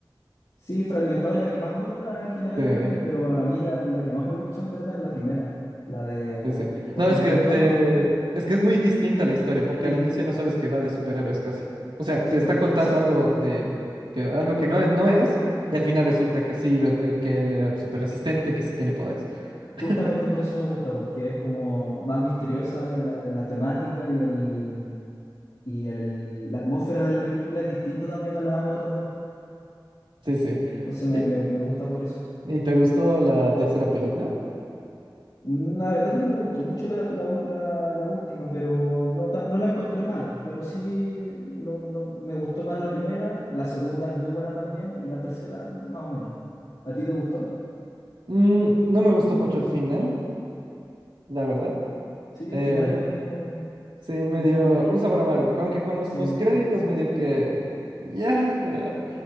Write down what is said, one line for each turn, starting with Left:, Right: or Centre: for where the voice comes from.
Left: Sí, Fragmentado es la que más gusta en general
Right: Sí.
Left: también, pero a mí la, la que más me gustó en verdad es la primera. La de,
Right: Sí, sí.
Left: por
Right: No,
Left: el,
Right: es que
Left: el
Right: te...
Left: tono,
Right: es que es muy distinta la historia, porque
Left: sí,
Right: al inicio no sabes que va de superhéroes casi. O sea,
Left: sí,
Right: te está
Left: po, es
Right: contando
Left: que eso,
Right: algo de que algo que no es, no es, y al final resulta que sí, re- eh, que él era súper resistente, que sí tiene poderes. <laughs>
Left: justamente por eso me gusta, porque es como más misteriosa eh, la, la temática y el, y el, la atmósfera de la película es distinta también a las otras dos.
Right: Sí, sí.
Left: Entonces
Right: ¿Y,
Left: me, me me gusta por eso.
Right: y te gustó la tercera película?
Left: La verdad que no me gustó mucho la, la, ul- la- la última, pero no, tam- no la encontré mala, pero sí no, no, me gustó más la primera, la segunda es muy buena también y la tercera más o menos. ¿A ti te gustó?
Right: Mm, no me gustó mucho el final, la verdad.
Left: Sí,
Right: Eh,
Left: el final medio
Right: sí, me
Left: un
Right: dio
Left: poco meh,
Right: un sabor amargo, aunque con los
Left: sí,
Right: postcréditos medio que... Ya, pero...